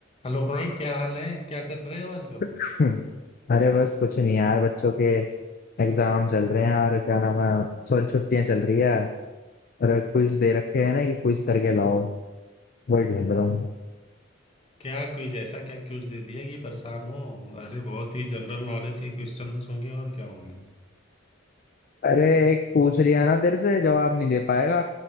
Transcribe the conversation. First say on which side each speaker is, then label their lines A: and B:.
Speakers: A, on the left (about 30°); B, on the left (about 45°).
A: Hello भाई क्या हाल है क्या कर रहे हो आजकल
B: हम्म, अरे बस कुछ नहीं यार बच्चों के एग्जाम चल रहे हैं और क्या नाम है सॉरी छुट्टियां चल रही है और क्विज दे रखे हैं ना कि क्विज करके लाओ वही ढूंढ रहा हूँ
A: क्या क्विज ऐसा क्या क्विज दे दिया कि परेशान हो अरे बहुत ही जनरल नॉलेज के क्वेश्चंस होंगे और क्या होंगे
B: अरे एक पूछ लिया ना तेरे से जवाब नहीं दे पाएगा